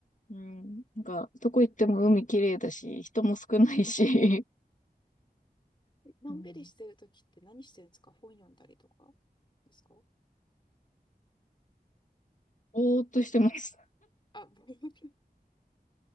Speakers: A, on the left; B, on the left.
A: うん、なんか、どこ行っても海綺麗だし、人も少ないし、
B: えのんびりしてるときって何してるんですか本読んだりとか
A: <laughs> うん、
B: ですか
A: ぼーっとしてます。
B: あ、ぼ <laughs>